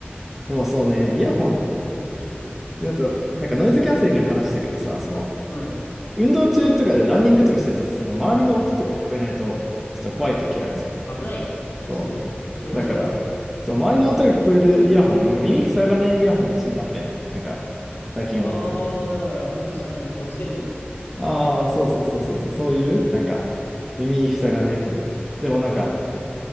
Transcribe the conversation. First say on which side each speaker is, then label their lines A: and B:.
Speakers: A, in the centre; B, on the left.
A: でもそうね、
B: そうねあと、
A: イヤホン、
B: 移動中とか。
A: だと、なんかノイズキャンセリングの話だけどさ、その、
B: うん。
A: 運動中とかでランニングとかしてると、その周りの音とか聞こえないと、ちょっと怖い時あるじゃん。
B: 危ないよね、普通に。
A: そ
B: 車ひかれるからね。
A: う。だから、そう、周りの音が聞こえるイヤホン、なんか耳塞がないイヤホン欲しいなって、
B: うん。
A: なんか、最近思ってるのでね。
B: ああ、だから、耳さんの骨伝導ってこと
A: ああ、そうそうそうそうそう、そういう、なんか、耳塞がないやつ。
B: うん。
A: でもなんか、